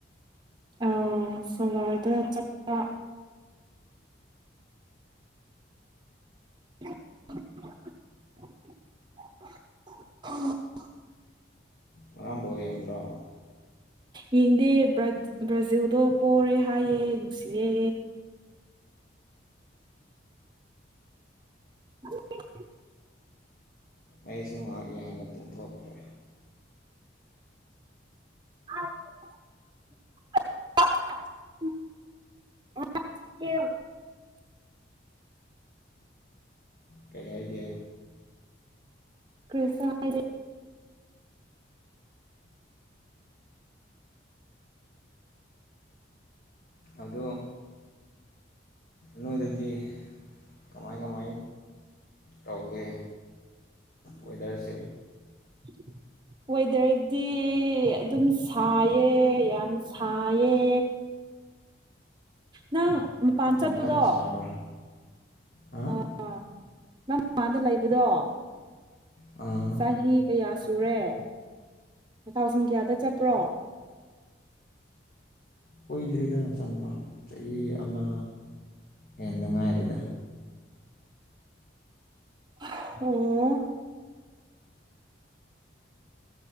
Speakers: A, on the right; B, on the left.
A: ꯑꯧ ꯁꯣꯂꯔꯗ ꯆꯞꯄ <unintelligible>
B: ꯉꯔꯥꯡꯕ ꯕꯣꯜ ꯌꯦꯡꯗꯔꯣ
A: ꯌꯦꯡꯗꯦ ꯕꯔꯥ ꯕ꯭ꯔꯥꯖꯤꯜꯗꯣ ꯄꯣꯔꯦ ꯍꯥꯏꯌꯦ ꯅꯨꯡꯁꯤꯌꯦ <unintelligible> <inaudible>
B: ꯑꯩꯁꯨꯨ ꯉꯥꯛ ꯌꯦꯡꯉꯥꯒ ꯇꯨꯝꯊꯣꯛꯈ꯭ꯔꯦ
A: <unintelligible> <inaudible>
B: ꯀꯩ ꯍꯥꯏꯒꯦ
A: ꯀ꯭ꯔꯤꯁꯨ ꯍꯥꯏꯗꯦ
B: ꯑꯗꯣ ꯅꯣꯏꯗꯗꯤ ꯀꯃꯥꯏ ꯀꯃꯥꯏ ꯇꯧꯒꯦ ꯋꯦꯗꯔꯁꯦ
A: <inaudible> ꯋꯦꯗꯔꯗꯤ ꯑꯗꯨꯝ ꯁꯥꯏꯌꯦ ꯌꯥꯝ ꯁꯥꯏꯌꯦ ꯅꯪ ꯃꯄꯥꯟ ꯆꯠꯄꯗꯣ
B: ꯌꯥꯝ ꯀꯟ ꯁꯥꯕ꯭ꯔꯥ ꯍꯥ
A: ꯑ ꯅꯪ ꯃꯃꯥꯟꯗ ꯂꯩꯕꯗꯣ
B: ꯑꯥ
A: ꯆꯍꯤ ꯀꯌꯥ ꯁꯨꯔꯦ ꯊꯥꯎꯖꯟ ꯀꯌꯥꯗ ꯆꯠꯄ꯭ꯔꯣ <unintelligible>
B: ꯀꯨꯏꯗ꯭ꯔꯤꯗ ꯆꯪꯕ ꯆꯍꯤ ꯑꯃ ꯍꯦꯟꯅ ꯉꯥꯏꯔꯤꯗ
A: ꯑꯣꯝ